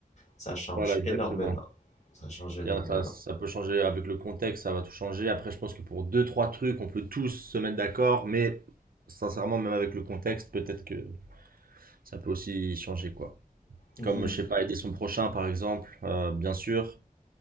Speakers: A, on the left; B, on the right.
A: ça change
B: voilà, exactement.
A: énormément. Ça change énormément.
B: Bien, Ça, ça peut changer avec le contexte, ça va tout changer. Après, je pense que pour deux, trois trucs, on peut tous se mettre d'accord, mais sincèrement, même avec le contexte, peut-être que ça peut aussi changer, quoi.
A: Mhm.
B: Comme, je sais pas, aider son prochain, par exemple, euh, bien sûr,